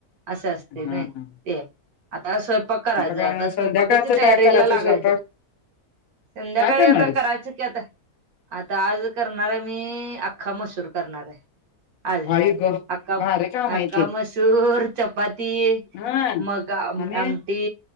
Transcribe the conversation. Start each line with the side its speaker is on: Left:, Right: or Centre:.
Right: अस असतय
Left: हा
Right: नाई
Left: हा
Right: ते, आता स्वयं पाक करायचं
Left: काय
Right: आता,
Left: मग
Right: स्वयंपाकाच्या
Left: संध्याकाळचं
Right: तयारीला
Left: काय करायचं
Right: लागायच.
Left: स्वयंपाक
Right: संध्याकाळी
Left: काय करणारेस?
Right: आता करायच की आता. आता आज करणारे मी अख्खा मसूर करणारे. अ
Left: आई ग
Right: अका
Left: भारी काम हाय
Right: अख्खा
Left: की
Right: मसूर चपाती.
Left: हा
Right: मग आम
Left: आणि
Right: आमटी